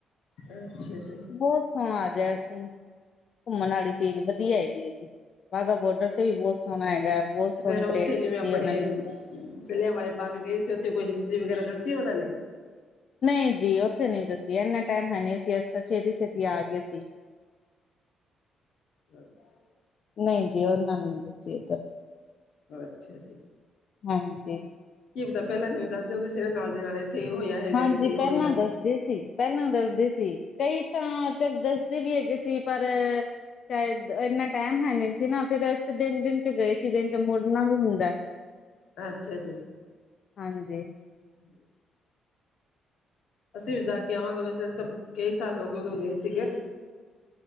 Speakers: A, on the left; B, on the left.
A: ਅੱਛਾ ਜੀ।
B: ਬਹੁਤ ਸੋਹਣਾ ਆ ਜਿਹਾ ਘੁੰਮਣ ਵਾਲੀ ਚੀਜ਼ ਵਧੀਆ ਹੈਗੀ ਹੈ ਜੀ। ਬਾਗਾ ਬੋਰਡਰ ਤੇ ਵੀ ਬਹੁਤ ਸੋਹਣਾ ਹੈਗਾ। ਬਹੁਤ
A: ਤੇ
B: ਸੋਹਣੀ
A: ਫੇਰ ਉੱਥੇ
B: ਪਰੇਡ ਕੀਤੀ
A: ਜਿਵੇਂ ਆਪਣੇ
B: ਉਹਨਾਂ ਨੇ
A: ਜਲ੍ਹਿਆਂਵੇ ਬਾਗ ਗਏ ਸੀ, ਉੱਥੇ ਕੋਈ ਹਿਸਟਰੀ ਵਗੈਰਾ ਦੱਸੀ ਉਹਨਾਂ ਨੇ।
B: ਨਹੀਂ ਜੀ ਉੱਥੇ ਨੀ ਦੱਸੀ ਇੰਨਾ ਟਾਈਮ ਹੈ ਨਹੀਂ ਸੀ ਅਸੀ ਤਾਂ ਛੇਤੀ, ਛੇਤੀ ਆ ਗਏ ਸੀ।
A: <unintelligible>
B: ਨਹੀਂ ਜੀ ਉਹਨਾਂ ਦੱਸੀ ਉੱਧਰ
A: ਅੱਛਾ ਜੀ।
B: ਹਾਂਜੀ।
A: ਕੀ ਪਤਾ ਪਹਿਲਾਂ ਜਿਵੇਂ ਦੱਸਦੇ ਹੁੰਦੇ ਸੀ ਨਾ ਨਾਲ ਦੀ ਨਾਲ ਇਥੇ ਇਹ ਹੋਇਆ ਹੈਗਾ
B: ਹਾਂਜੀ
A: ਇੱਥੇ ਉਹ
B: ਪਹਿਲਾਂ
A: ਹੋਇਆ।
B: ਦੱਸਦੇ ਸੀ, ਪਹਿਲਾਂ ਦੱਸਦੇ ਸੀ ਕਈ ਤਾਂ ਚੱਲ ਦੱਸਦੇ ਵੀ ਹੈਗੇ ਸੀ ਪਰ ਸ਼ਾਇਦ ਇੰਨਾ ਟਾਈਮ ਹੈ ਨਹੀ ਸੀ ਨਾ। ਫੇਰ ਅਸੀ ਤੇ ਦਿਨ ਦਿਨ ਚ ਗਏ ਸੀ ਦਿਨ ਚ ਮੁੜਨਾ ਵੀ ਹੁੰਦਾ।
A: ਅੱਛਾ ਜੀ।
B: ਹਾਂਜੀ।
A: ਹਮ। ਅਸੀਂ ਵੀ ਜਾ ਕੇ ਆਵਾਂਗੇ ਵੈਸੇ ਅਸੀਂ ਤਾਂ ਕਈ ਸਾਲ ਹੋ ਗਏ ਉਦੋਂ ਗਏ ਸੀਗੇ।